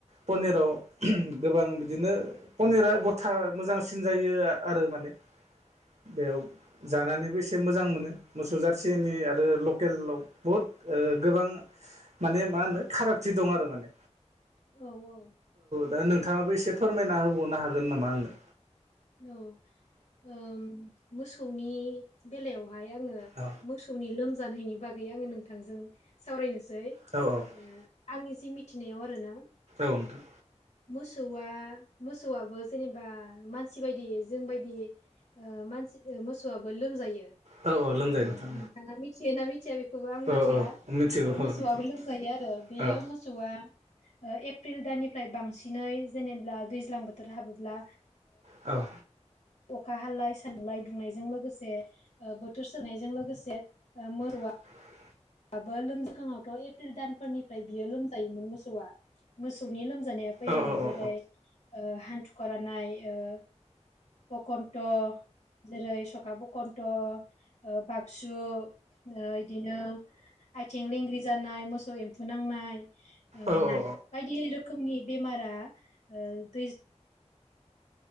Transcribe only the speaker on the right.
पनिराव गोबां बिदिनो पनिरा गथा मोजांसिन जायो आरो माने बेयाव जानानैबो एसे मोजां मोनो मोसौ जारसेनि आरो लकेलाव बुहुद ओ गोबां स माने मा होनो फारागथि दं आरो माने।
दा नोंथाङाबो एसे फोरमायना होबावनो हागोन नामा आंनो?
औ
औ औ
औ नोंथां।
औ लोंजायो
नोंथां
औ औ मिथिगौ औ
नोंथां
औ
औ
<unintelligible>
औ औ औ
औ औ